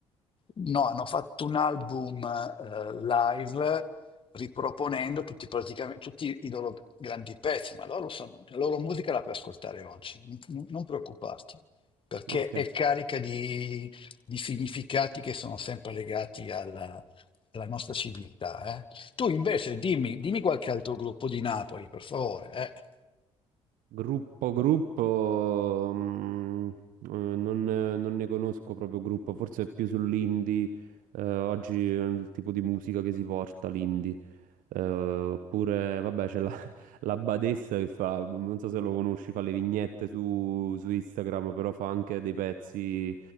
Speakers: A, on the left (about 35°); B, on the right (about 60°).
A: no, hanno fatto un album eh, live riproponendo tutti, praticamente, tutti i loro grandi pezzi, ma loro sono- la loro musica la puoi ascoltare oggi, non, non preoccuparti, perché
B: Ok.
A: è carica di, di significati che sono sempre legati alla, alla nostra civiltà. eh. Tu invece dimmi, dimmi qualche altro gruppo di Napoli, per favore. eh.
B: Gruppo, gruppo, mm, eh, non, non ne conosco proprio gruppo, forse è più sull'indie, eh, oggi è il tipo di musica che si porta l'indie. Eh, oppure, vabbè, c'è la, <laughs> la Badessa che fa, non so se lo conosci, fa le vignette su, su Instagram, però fa anche dei pezzi,